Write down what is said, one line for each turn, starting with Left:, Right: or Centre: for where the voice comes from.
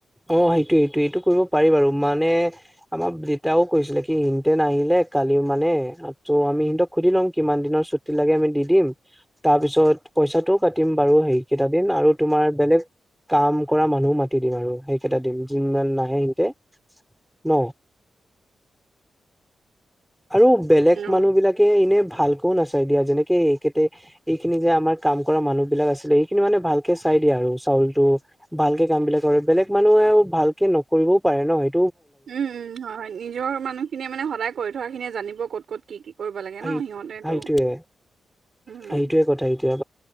Centre: অ সেইটো সেইটো এইটো কৰিব পাৰি বাৰু মানে আমাৰ দেতাও কৈছিলে কি সিঁহতে নাহিলে কালিও মানে ত' আমি সিহতক সুধি লম কিমান দিনৰ ছুটি লাগে আমি দি দিম, তাৰপিছত পইচাটোও কাটিম বাৰু সেই কেইটা দিন আৰু তুমাৰ বেলেগ কাম কৰা মানুহ মাতি দিম আৰু সেইকেইটা দিম যোনমান নাহে সিহতে ন। আৰু বেলেগ
Right: উম
Centre: মানুহবিলাকে এনে ভালকও নাচায় দিয়া, যেনেকে এইতে এইখিনি যে আমাৰ কাম কৰা মানুহবিলাক আছিলে এইখিনি মানে ভালকে চাই দিয়ে আৰু চাউলটো ভালকে কাম বিলাক কৰে, বেলেগ মানুহ ভালকে নকৰিবও পাৰে ন এ
Right: উম উম হয় হয় নিজৰ মানুহখিনিয়ে মানে সদায় কৰি থোৱা খিনিয়ে জানিব ক'ত ক'ত কি কি কৰিব লাগে
Centre: সেই
Right: ন সিহঁতেটো।
Centre: সেইটোয়ে
Right: উম
Centre: সেইটোয়ে কথা সেইটোয়ে